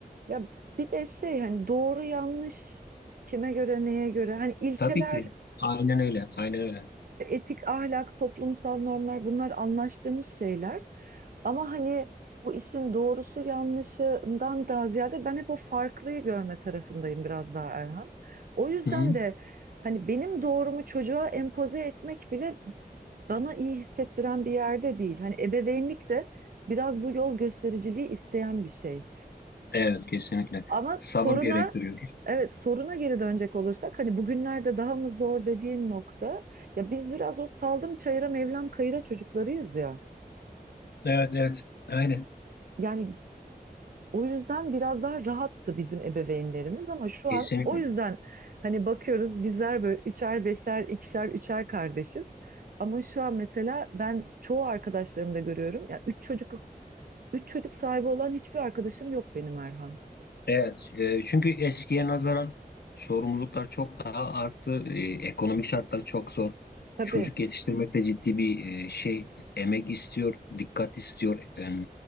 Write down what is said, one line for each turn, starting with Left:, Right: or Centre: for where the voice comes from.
Right: Ya bir de şey hani doğru yanlış kime göre neye göre hani ilkeler
Left: Tabii ki. Aynen öyle. Aynen öyle.
Right: etik ahlak toplumsal normlar bunlar anlaştığımız şeyler ama hani bu işin doğrusu yanlışından daha ziyade ben hep o farklıyı görme tarafındayım biraz daha Erhan. O yüzden
Left: Hı hı.
Right: de hani benim doğrumu çocuğa empoze etmek bile bana iyi hissettiren bir yerde değil. Hani ebeveynlik de biraz bu yol göstericiliği isteyen bir şey.
Left: Evet, kesinlikle.
Right: Ama
Left: Sabır
Right: soruna
Left: gerektiriyor.
Right: Evet, soruna geri dönecek olursak hani bugünlerde daha mı zor dediğin nokta ya biz biraz o saldım çayıra mevlam kayıra çocuklarıyız ya.
Left: Evet, evet. Aynen.
Right: Yani o yüzden biraz daha rahattı bizim ebeveynlerimiz ama şu
Left: Kesinlikle.
Right: an o yüzden hani bakıyoruz bizler böyle üçer beşer ikişer üçer kardeşiz. Ama şu an mesela ben çoğu arkadaşlarımda görüyorum ya üç çocuk üç çocuk sahibi olan hiçbir arkadaşım yok benim Erhan.
Left: Evet, e, çünkü eskiye nazaran sorumluluklar çok daha arttı. E, ekonomik şartlar çok zor.
Right: Tabii.
Left: Çocuk yetiştirmek de ciddi bir e, şey, emek istiyor, dikkat istiyor. E,